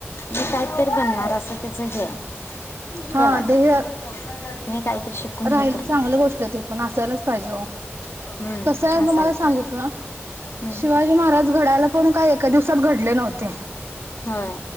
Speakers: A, on the left (about 70°); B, on the right (about 75°).
A: मी काहीतरी बनणार असं त्याचं हे आहे.
B: हा
A: कल आहे
B: देह.
A: <inaudible>
B: राहिल
A: हे करणार
B: चांगली गोष्ट आहे त पण असायलाच पाहिजे हो,
A: हम्म,
B: कसं आहे
A: असं
B: तुम्हाला सांगू
A: ते
B: का?
A: हम्म,
B: शिवाजी महाराज घडायला पण काही एका दिवसात घडले नव्हते
A: होय